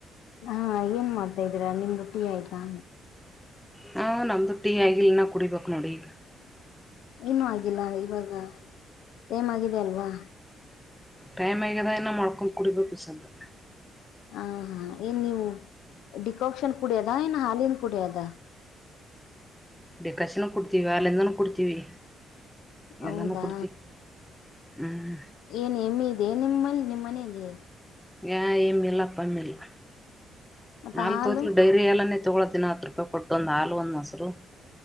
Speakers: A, on the left; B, in the centre.
A: ಹಾ ಏನ್ ಮಾಡ್ತಾ ಇದಿದ್ದೀರಾ ನಿಮ್ಮದು ಟಿ ಆಯ್ತಾ.
B: ಹಾ ನಮ್ದು ಟೀ ಆಗಲ್ ನ ಕುಡಿಬೇಕಕ್ ನೋಡಿ ಈಗ.
A: ಇನ್ನುೂ ಆಗಿಲ್ಲ ಇವಾಗ ಟೈಮ್ ಆಗಿದ ಅಲ್ವಾ.
B: ಟೈಮ್ ಆಗ್ಯದ ಇನ್ನ ಮಾಡ್ಕೊಂಡ್ ಕುಡಿಬೇಕ ಈ ಸದ್ದ
A: ಹ ಹಾ ಏನ್ ನೀವು ಡಿಕಾಕ್ಷನ್ ಕುಡಿಯದ ಏನ್ ಹಾಲಿನ ಕುಡ್ಯದ
B: ಡಿಕಶನ್ ಕುಡ್ತೀವಿ ಹಾಲಿಂದನ ಕುಡ್ತೀವಿ
A: ಹೌದಾ
B: ಎಲ್ಲಾನೂ ಕುಡ್ತಿವಿ ಹ್ಮ್
A: ಏನ್ ಎಮ್ಮಿ ಇದೆ ನಿಮ್ಮ ನಿಮ್ಮ್ ಮನೇೆಯಲ್ಲಿ
B: ಯಾ ಏಮ್ಮಿಲ್ಲ ಪಮ್ಮಿಲ್ಲಾ
A: ಮತ್ತೆ
B: ಹಾಲ್
A: ಹಾಲು
B: ತೋತವಿ ಡೈರಿ ಹಾಲ್ಲಾನೇ ತಗೊಳ್ಳೋತ್ತಿವ ದಿನ ಹತ್ ರೂಪಾಯಿ ಕೊಟ್ಟು ಒಂದ್ ಹಾಲು ಒಂದ್ ಮೊಸರು